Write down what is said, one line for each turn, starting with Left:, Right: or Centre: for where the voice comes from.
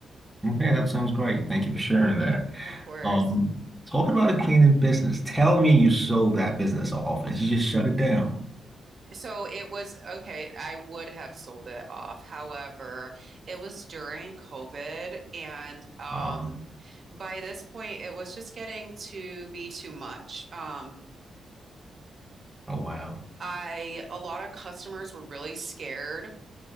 Centre: Okay, that sounds great. Thank you for sharing that.
Right: Of course.
Centre: Um, talking about a cleaning business, tell me you sold that business off, or did you just shut it down?
Right: So it was okay. I would have sold it off. However, it was during COVID, and um,
Centre: Um,
Right: by this point, it was just getting to be too much. Um,
Centre: oh wow.
Right: I a lot of customers were really scared